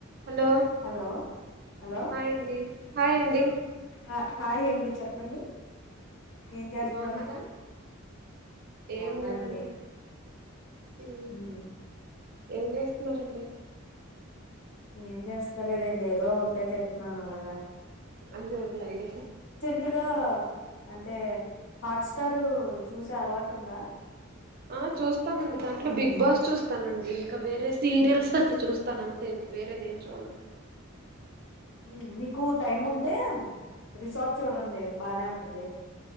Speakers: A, on the right (about 45°); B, on the left (about 60°).
A: Hello
B: hello hello
A: హాయండి హాయండి
B: హా హాయ్ అండి చెప్పండి ఏం చేస్తున్నారు
A: బాగున్నార
B: బాగున్నానండి
A: ఏం లేదండి మ్
B: ఉమ్,
A: ఏం చేస్తున్నారండి
B: ఏం చేస్తలేదండి ఏదో ఉంటే తింటున్నాను అలాగా
A: అదే అదే అండి
B: ట్గా అంటే హాట్స్టారు చూసే అలవాటు ఉందా
A: ఆ చూస్తామండి దాంట్లో బిగ్ బాస్ చూస్తానండి ఇంకా వేరే సీరియల్స్ అట్టు చూస్తాను అంతే ఇంక వేరేది ఏం చూడను
B: మ్ మీకు టైం ఉం టె రిసార్ట్ చూడండి బాగానే ఉం అదే